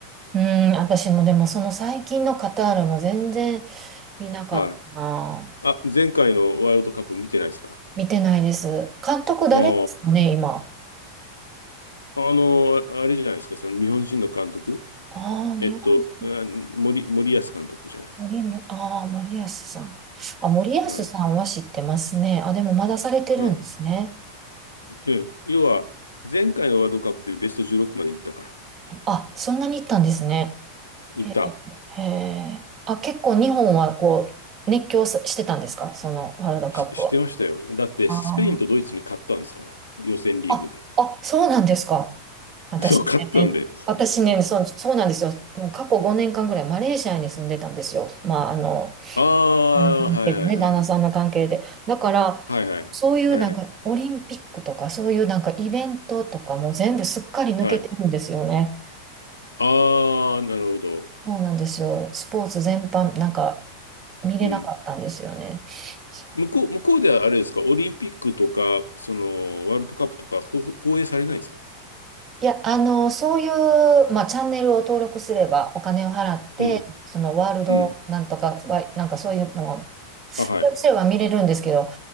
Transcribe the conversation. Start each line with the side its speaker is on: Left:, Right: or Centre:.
Right: うん、私もでもその最近のカタールも全然見なかったな。
Left: はい。あ、前回のワールドカップ見てないですか
Right: 見てないです。監督誰ですかね、
Left: あ
Right: 今。
Left: あ、あの、あれじゃないですか、その日本人の監督
Right: ああ、
Left: えっと、
Right: 日本人。
Left: あ森、森保監督じゃないです
Right: 森山、ああ、森保さん。あ、森保さんは知ってますね。
Left: か。はい。
Right: あ、でもまだされてるんですね。
Left: はい。うん要は、前回のワールドカップでベスト16まで行ったから。
Right: あ、そんなに行ったんですね。
Left: 行った。
Right: へえ、へえ。あ、結構日本はこう、熱狂さしてたんですかそのワールドカップは。
Left: し、してましたよ。だって、
Right: あー
Left: スペインとドイツに勝ったんですから。予選リーグで。
Right: あ、あ、そうなんですか。
Left: <laughs>
Right: 私ね、
Left: そう、勝ったんですよ。
Right: 私ね、そう、そうなんですよ。もう過去5年間ぐらいマレーシアに住んでたんですよ。まあ、あの、
Left: ああ、
Right: あの関係でね、
Left: はいはいはいはい。
Right: 旦那さんの関係で。だから、
Left: はいはい。
Right: そういうなんかオリンピックとか、
Left: はい。
Right: そういうなんかイベントとかも全部すっかり抜けてるんですよね。
Left: はい。ああ、なるほど。
Right: そうなんですよ。スポーツ全般、なんか、見れなかったんですよね。
Left: うん。
Right: そう
Left: 向こう、向こうではあれですか、オリンピックとか、その、ワールドカップとか、ほ放映されないんですか
Right: いや、あの、そういう、まあ、チャンネルを登録すれば、お金を払って、
Left: うん。
Right: そのワールドなんとか、
Left: うん。
Right: わなんかそういうのが、
Left: あ、はい。
Right: やすれば見れるんですけど、